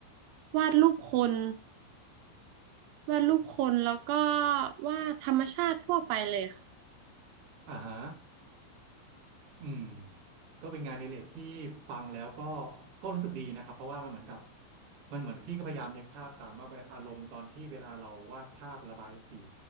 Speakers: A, on the right (about 80°); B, on the right (about 50°).
A: วาดรูปคน วาดรูปคนแล้วก็วาดธรรมชาติทั่วไปเลยค่ะ
B: อ่าฮะอืมก็เป็นงานในเรกที่ฟังแล้วก็ก็รู้สึกดีนะครับเพราะว่ามันเหมือนกับมันเหมือนพี่ก็พยายามนึกภาพตามว่าอารมณ์ตอนที่เวลาเราวาดภาพระบายสี